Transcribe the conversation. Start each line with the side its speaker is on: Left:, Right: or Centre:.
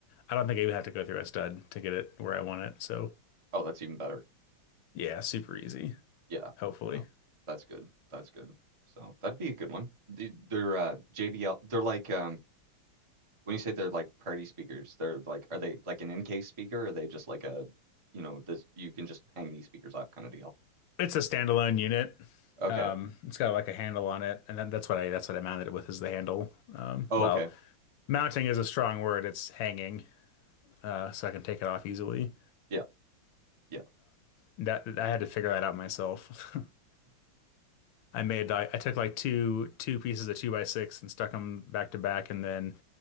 Left: I don't think I would have to go through a stud to get it where I want it. So
Right: Oh, that's even better.
Left: yeah, super easy,
Right: Yeah,
Left: hopefully.
Right: no, that's good. That's good. So that'd be a good one. The- They're uh, JBL. They're like um when you say they're like party speakers, they're like are they like an in-case speaker? Or are they just like a you know this you can just hang these speakers up kind of deal?
Left: It's a standalone unit.
Right: Okay.
Left: Um it's got like a handle on it, and that, that's what I that's what I mounted it with is the handle. Um
Right: Oh,
Left: well,
Right: okay.
Left: mounting is a strong word, it's hanging, uh, so I can take it off easily.
Right: Yeah, yeah.
Left: That I had to figure that out myself. <laughs> I made like I took like two two pieces of two by six and stuck them back to back, and then